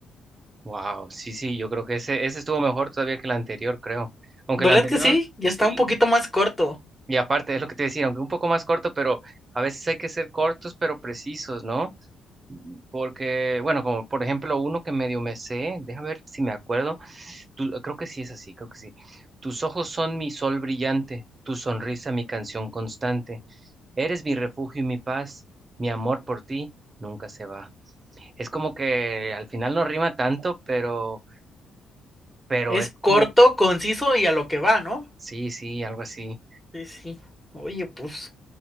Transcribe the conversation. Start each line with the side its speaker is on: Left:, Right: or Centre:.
Right: Wow, sí, sí, yo creo que ese, ese estuvo mejor todavía que el anterior, creo. Aunque
Centre: ¿Verdad
Right: el anterior,
Centre: que sí? Ya
Right: sí.
Centre: está un poquito más corto.
Right: Y aparte, es lo que te decía, aunque un poco más corto, pero a veces hay que ser cortos, pero precisos, ¿no? Porque, bueno, como por ejemplo uno que medio me sé, déjame ver si me acuerdo, tú- creo que sí es así, creo que sí. Tus ojos son mi sol brillante, tu sonrisa mi canción constante, eres mi refugio y mi paz, mi amor por ti nunca se va. Es como que al final no rima tanto, pero, pero
Centre: Es
Right: es
Centre: corto,
Right: como,
Centre: conciso y a lo que va, ¿no?
Right: sí, sí, algo así.
Centre: Sí, sí. Oye, pues,